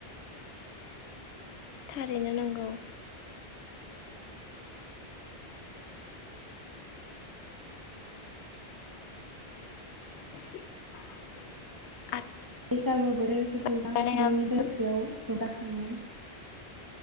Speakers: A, on the left (about 90°); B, on the right (about 20°).
A: थारैनो नंगौ <inaudible>
B: बैसागु बोथोर सफैबा
A: रंजानायाबो
B: बयनिबो गोसोआव जाखाङो